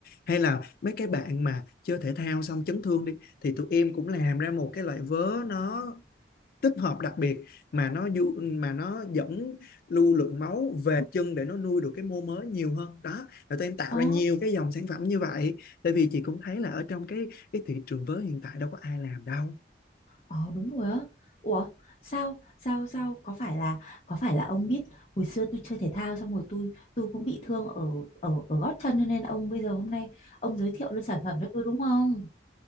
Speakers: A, on the left (about 55°); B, on the left (about 35°).
A: Hay là mấy cái bạn mà chơi thể thao xong chấn thương đi, thì tụi em cũng làm ra một cái loại vớ nó tích hợp đặc biệt mà nó du mà nó dẫn lưu lượng máu về chân để nó nuôi được cái mô mới nhiều hơn đó và tụi em tạo
B: Ồ.
A: ra nhiều cái dòng sản phẩm như vậy tại vì chị cũng thấy là ở trong cái cái thị trường vớ hiện tại đâu có ai làm đâu
B: Ờ đúng rồi á. Ủa sao sao sao có phải là có phải là ông biết hồi xưa tôi chơi thể thao xong rồi tôi tôi cũng bị thương ở ở ở gót chân cho nên ông bây giờ hôm nay ông giới thiệu luôn sản phẩm cho tôi đúng không?